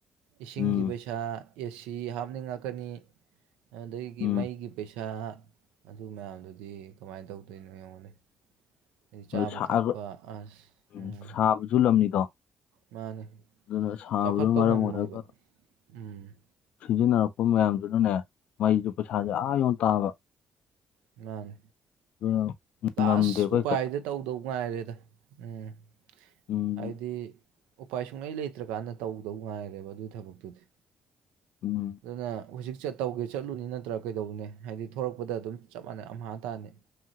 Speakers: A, on the right; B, on the left.
A: ꯏꯁꯤꯡꯒꯤ
B: ꯎꯝ
A: ꯄꯩꯁꯥ ꯑꯦꯁꯤ ꯍꯥꯞꯅꯤꯡꯉꯛꯀꯅꯤ ꯑꯗꯩꯒꯤ
B: ꯎꯝ
A: ꯃꯩꯒꯤ ꯄꯩꯁꯥ ꯄꯩꯁꯥꯍꯥ ꯑꯗꯨ ꯃꯌꯥꯝꯗꯨꯗꯤ ꯀꯃꯥꯏ ꯇꯧꯗꯣꯏꯅꯣ ꯌꯦꯡꯉꯣꯅꯦ
B: <unintelligible>
A: ꯑꯗꯩ ꯆꯥꯕ ꯊꯛꯄ ꯑꯁ ꯎꯝ ꯃꯥꯅꯤ
B: ꯗꯨꯅ ꯁꯥꯕꯗꯨꯅ
A: ꯆꯥꯎꯈꯠꯄ
B: ꯃꯔꯝ
A: ꯉꯝꯃꯣꯏꯕ
B: ꯑꯣꯢꯔꯒ
A: ꯎꯝ
B: ꯁꯤꯖꯤꯟꯅꯔꯛꯄ ꯃꯌꯥꯝꯗꯨꯅꯅꯦ ꯃꯩꯖꯨ ꯄꯩꯁꯥꯥꯁꯦ ꯑꯥ ꯌꯧ ꯇꯥꯕ
A: ꯃꯥꯅꯦ
B: ꯑꯗꯨꯅ
A: ꯂꯥꯁ
B: ꯉꯝꯗꯦꯕ
A: ꯎꯄꯥꯏꯗ
B: ꯍꯦꯛꯇ
A: ꯇꯧꯗꯧ ꯅꯨꯡꯉꯥꯢꯔꯦꯗ ꯎꯝ
B: ꯎꯝ
A: ꯍꯥꯏꯗꯤ ꯎꯄꯥꯏ ꯁꯨꯡꯂꯩ ꯂꯩꯇ꯭ꯔꯀꯥꯟꯗ ꯇꯧꯗꯧ ꯉꯥꯏꯔꯦꯕ ꯑꯗꯨ ꯊꯕꯛꯇꯨꯗꯤ
B: ꯎꯝ
A: ꯑꯗꯨꯅ ꯍꯨꯖꯤꯛ ꯆꯠ ꯇꯧꯒꯩ ꯆꯠꯂꯨꯅꯤ ꯅꯠꯇ꯭ꯔ ꯀꯩꯗꯧꯅꯦ ꯍꯥꯏꯗꯤ ꯊꯣꯔꯛꯄꯗ ꯑꯗꯨꯝ ꯆꯞ ꯃꯥꯟꯅꯩ ꯑꯝꯍꯥ ꯇꯥꯥꯅꯤ